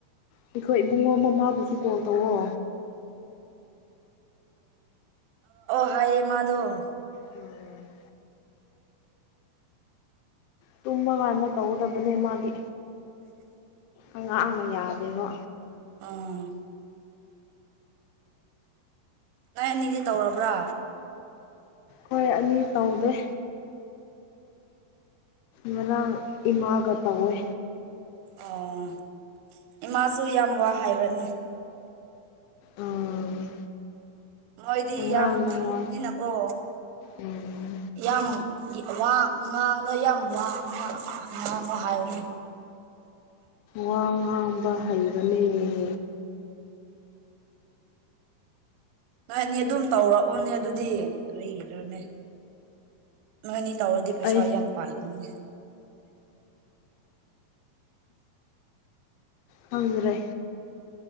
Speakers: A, on the left (about 80°); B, on the right (about 85°).
A: ꯑꯩꯈꯣꯏ ꯏꯕꯨꯡꯉꯣ ꯃꯃꯥꯕꯨꯁꯨ ꯀꯣꯜ ꯇꯧꯋꯣ
B: ꯚꯥꯏꯃꯗꯣ
A: ꯎꯝ ꯇꯨꯝꯃꯀꯥꯟꯗ ꯇꯧꯒꯗꯕꯅꯦ ꯃꯥꯗꯤ ꯑ ꯑ ꯌꯥꯗꯦꯕꯣ
B: ꯎꯝ ꯅꯣꯏ ꯑꯅꯤꯗꯤ ꯇꯧꯔꯕ꯭ꯔꯥ
A: ꯍꯣꯏ ꯑꯅꯤ ꯇꯧꯗꯦ ꯉꯔꯥꯡ ꯏꯃꯥꯒ ꯇꯧꯋꯦ
B: ꯑꯣ ꯏꯃꯥꯁꯨ ꯌꯥꯝ ꯋꯥ ꯍꯥꯏꯕ꯭ꯔꯅꯦ
A: ꯎꯝ
B: ꯃꯣꯏꯗꯤ
A: ꯄꯉꯥꯡꯗ
B: ꯌꯥꯝ ꯈꯪꯕꯅꯤꯅꯀꯣ
A: ꯉꯥꯡ ꯎꯝ
B: ꯌꯥꯝ ꯋꯥ ꯉꯥꯡꯂꯣ ꯌꯥꯝ ꯋꯥ ꯉꯥꯡꯂꯣ ꯍꯥꯏꯌꯅꯤ
A: ꯋꯥ ꯉꯥꯡꯕ ꯍꯩꯕꯅꯦꯔꯦ
B: ꯅꯣꯏꯅꯤ ꯑꯗꯨꯝ ꯇꯧꯔꯛꯑꯣꯅꯦ ꯑꯗꯨꯗꯤ ꯀꯔꯤꯗ꯭ꯔꯣꯅꯦ ꯅꯣꯏꯅꯤ ꯇꯧꯔꯗꯤ ꯄꯩꯁꯥ
A: ꯑꯩ
B: ꯌꯥꯝ ꯄꯥꯏꯒꯅꯤꯅꯦ
A: ꯐꯪ꯭ꯔꯦ